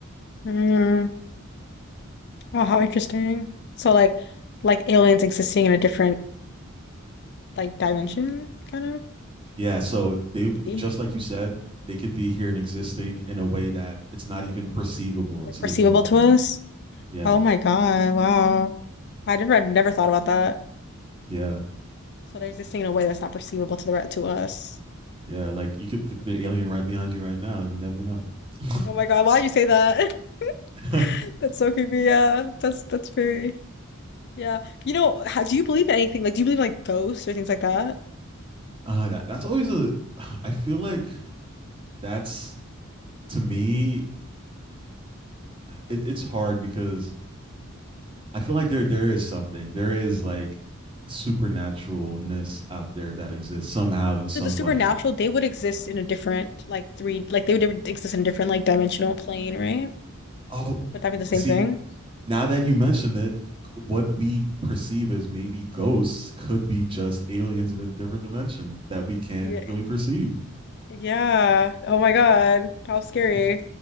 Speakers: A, on the left; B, on the right.
A: hmm Wow, how interesting. So like like aliens existing in a different like dimension kind of
B: Yeah, so they
A: D,
B: just like you said, they could be here and existing in a way that it's not even perceivable
A: like
B: to
A: perceivable
B: the human
A: to
B: brain.
A: us.
B: Yeah,
A: Oh my God, wow. I never I've never thought about that.
B: yeah,
A: So they're existing in a way that's not perceivable to the re- to us.
B: yeah. Like you could th- the alien right behind you right now. You never know. <laughs>
A: Oh my God, why'd you say that? <laughs>
B: uh,
A: That's so creepy. Yeah, that's that's very yeah. You know, how, do you believe in anything? Like, do you believe in like ghosts or things like that?
B: that, that's always a. I feel like that's to me. It, it's hard because I feel like there there is something. There is like supernaturalness out there that exists somehow in some
A: So the supernatural,
B: way.
A: they would exist in a different like three, like they would exist in a different like dimensional plane, right?
B: Oh,
A: Would that be the same
B: see,
A: thing?
B: now that you mention it, what we perceive as maybe ghosts could be just aliens in a different dimension that we can't
A: Yeah.
B: really perceive.
A: Yeah. Oh my God, how scary.
B: It's